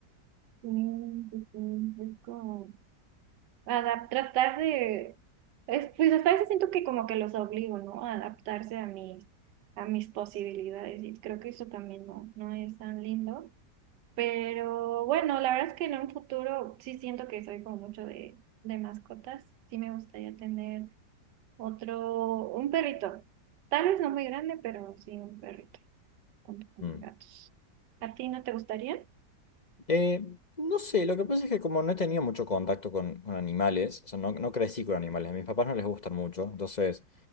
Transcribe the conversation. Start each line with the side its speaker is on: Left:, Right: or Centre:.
Right: Sí, sí, sí, es como adap- tratar de, es, pues hasta a veces siento que como que los obligo, ¿no? A adaptarse a mis, a mis posibilidades y creo que eso también no, no es tan lindo. Pero bueno, la verdad es que en un futuro sí siento que soy como mucho de, de mascotas. Sí me gustaría tener otro, un perrito. Tal vez no muy grande, pero sí un perrito junto con
Left: Mm.
Right: mis gatos. ¿A ti no te gustaría?
Left: Eh, no sé, lo que pasa es que como no he tenido mucho contacto con, con animales, o sea, no, no crecí con animales, a mis papás no les gustan mucho, entonces,